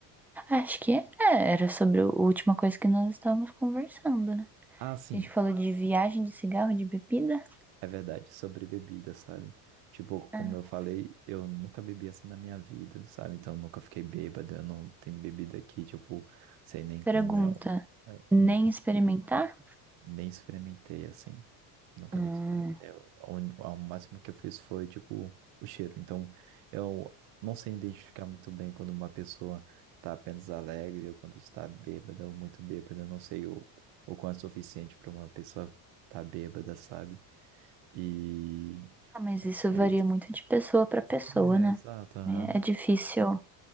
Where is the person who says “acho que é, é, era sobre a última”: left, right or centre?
Centre